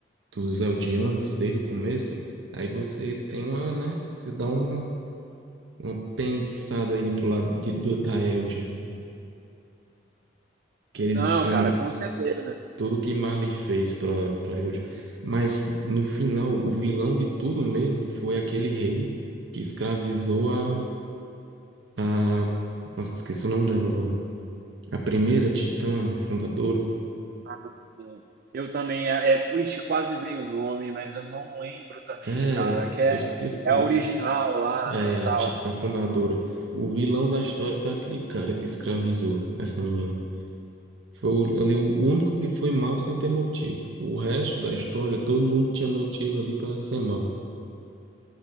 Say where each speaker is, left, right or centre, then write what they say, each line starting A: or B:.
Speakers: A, on the right (about 85°); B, on the right (about 55°).
A: dos Eldianos desde o começo, aí você tem uma, né? Você dá uma, uma pensada aí pro lado de, do, da Eldia. Que eles
B: Não,
A: destruindo.
B: cara, com certeza.
A: tudo que Marley fez para para Eldil. Mas no final, o vilão de tudo mesmo foi aquele rei que escravizou a, a... Nossa, esqueci o nome dela agora. A primeira titã, a fundadora.
B: Ah, é. Eu também, é, é, ixi, quase veio o nome, mas eu não lembro também,
A: É,
B: cara,
A: eu
B: que é,
A: esqueci.
B: é a original lá,
A: É,
B: né, e tal.
A: a, ti- a fundadora. O vilão da história foi aquele cara que escravizou essa menina. Foi o- ali o único que foi mal sem ter motivo. O resto da história, todo mundo tinha motivo ali para ser mal.